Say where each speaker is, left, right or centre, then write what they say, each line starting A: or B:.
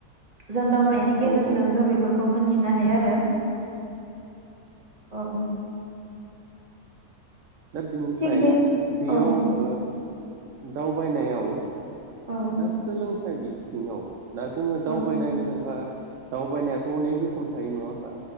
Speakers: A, on the right (about 25°); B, on the right (about 60°).
A: जों दावबायनायनि गेजेरजों
B: औ औ
A: जों बेफोरखौ मोनथि नो हायो आरो। औ
B: दा बेनिफ्राय
A: थिग बे
B: बेयाव
A: औ
B: ओ दावबायनायाव
A: औ
B: दा सोलोंथाइ बिथिङाव दा जोङो
A: औ
B: दावबायनाय होनोबा दावबायनायाथ' अनेक रोखोम थायो नङा होमबा।